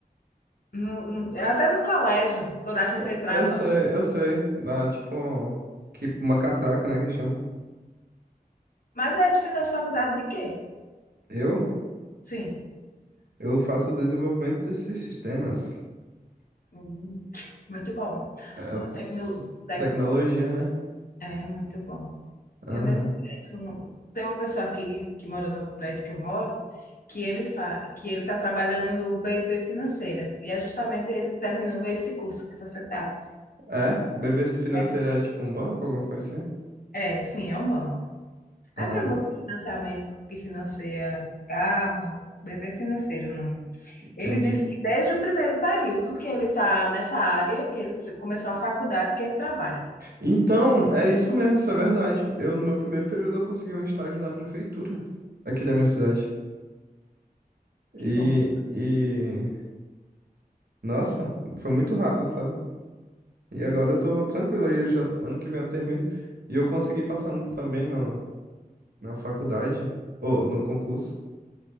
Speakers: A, on the left; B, on the right.
A: no- no- até no colégio, quando a gente
B: Eu,
A: entrava.
B: eu sei, eu sei. Dá tipo que, uma catraca, né, que chama.
A: Mas aí tu fez a faculdade de quê?
B: Eu,
A: Sim,
B: eu faço o desenvolvimento desses sistemas.
A: sim. Muito bom.
B: É, s-
A: Tecno, tec-
B: tecnologia, né?
A: é, muito bom.
B: Aham.
A: Eu mesmo penso, no- tem uma pessoa aqui que mora no prédio que eu moro, que ele fa, que ele está trabalhando no BV Financeira. E é justamente ele terminou esse curso que você está.
B: É? BV financeira
A: É,
B: é tipo um banco, alguma coisa assim?
A: é, sim, é um banco.
B: Ah,
A: É Aquele banco de financiamento que financia carro, BV Financeiro, o nome.
B: entendi.
A: Ele disse que desde o primeiro período que ele está nessa área, que ele fe- começou a faculdade, que ele trabalha.
B: Então, é isso mesmo, isso é verdade. Eu, no meu primeiro período, eu consegui um estágio na prefeitura aqui da minha cidade.
A: Que
B: E,
A: bom.
B: e... Nossa, foi muito rápido, sabe? E agora eu tô tranquilo aí, eu já, ano que vem eu termino. E eu consegui passar no- também na na faculdade, ou no concurso.